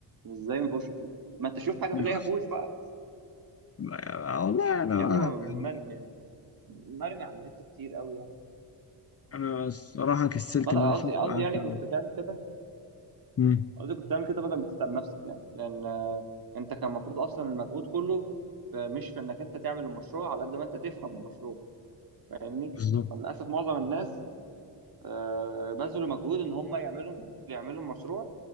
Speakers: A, on the right (about 50°); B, on the left (about 30°).
A: ازاي ما فيهوش كود ما انت شوف حاجه
B: من
A: في ليها
B: عشرة
A: كود بقى
B: ما- والله انا
A: يا
B: بقى
A: ابني ما-
B: يعني
A: مرمي مرمي على النت كتير قوي يعني
B: انا الصراحه كسلت
A: بدأ
B: ان انا
A: قصدي
B: اشوف
A: قصدي
B: قعدت
A: يعني
B: اعمل
A: كنت تعمل كده
B: مم،
A: قصدي كنت تعمل كده بدل ما تتعب نفسك يعني لان آه، انت كان المفروض اصلا المجهود كله في مش في انك انت تعمل المشروع على قد ما انت تفهم المشروع فاهمني
B: بالظبط
A: للاسف معظم الناس آه، بذلوا مجهود ان هم يعملوا يعملوا المشروع